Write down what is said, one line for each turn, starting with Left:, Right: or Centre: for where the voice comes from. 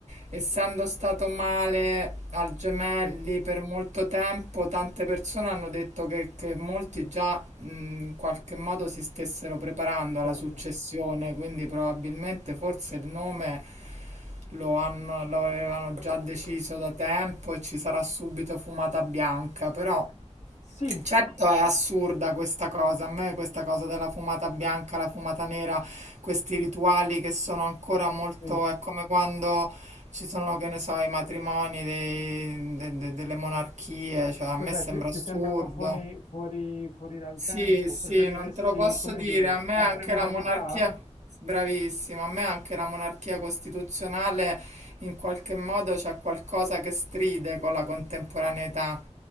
Right: essendo stato male al Gemelli
Left: Sì,
Right: per molto tempo, tante persone hanno detto che, che molti già mh, in qualche modo si stessero preparando
Left: certo.
Right: alla successione, quindi probabilmente forse il nome lo hanno- lo avevano già deciso da tempo e ci sarà subito fumata bianca, però
Left: Sì,
Right: Certo è assurda questa cosa, a me questa cosa della fumata bianca, la fumata nera, questi rituali che sono ancora molto,
Left: sì.
Right: è come quando ci sono, che ne so, i matrimoni dei- de- de- delle monarchie, cioè a
Left: Cos'è?
Right: me sembra
Left: Ti, ti
Right: assurdo.
Left: sembrano fuori, fuori, fuori dal
Right: Sì,
Left: tempo?
Right: sì,
Left: Preferiresti,
Right: non te lo posso
Left: come
Right: dire,
Left: dire,
Right: a me
Left: altre
Right: anche
Left: modalità?
Right: la monarchia, bravissima, a me anche la monarchia costituzionale in qualche modo c'è qualcosa che stride con la contemporaneità,